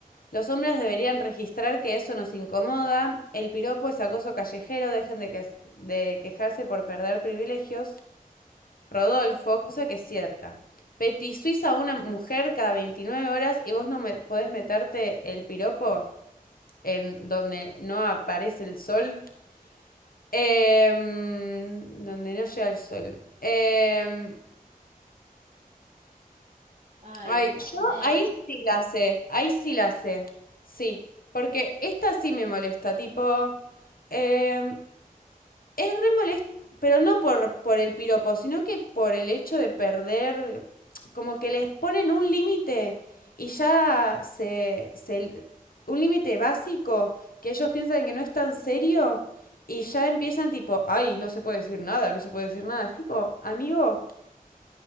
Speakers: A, on the left; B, on the right.
A: los hombres deberían registrar que eso nos incomoda, el piropo es acoso callejero, dejen de, que- de quejarse por perder privilegios. Rodolfo, cosa que es cierta. Petizuís a una mujer cada 29 horas y vos no me podés meterte el piropo en donde no aparece el sol. Em, donde no llega el sol. Em,
B: Ay,
A: ay,
B: no sé.
A: yo ahí sí la sé, ahí sí la sé. Sí, porque esta sí me molesta, tipo, em, Es re molesto, pero no por, por el piropo, sino que por el hecho de perder, como que les ponen un límite y ya se, se- un límite básico que ellos piensan que no es tan serio y ya empiezan tipo, ay, no se puede decir nada, no se puede decir nada. Es tipo, amigo,